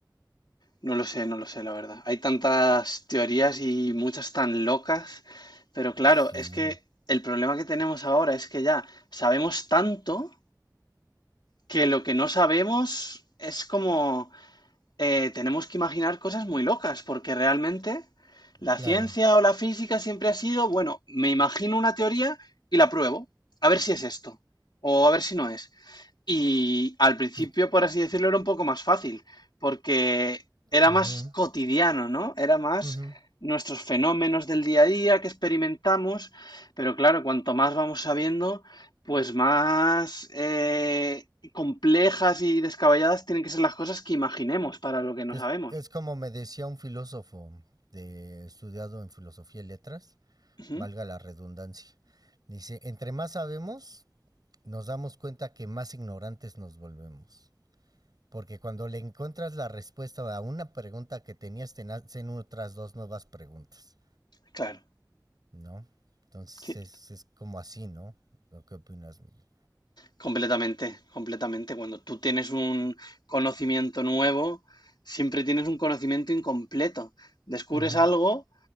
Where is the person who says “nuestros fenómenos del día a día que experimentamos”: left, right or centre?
Left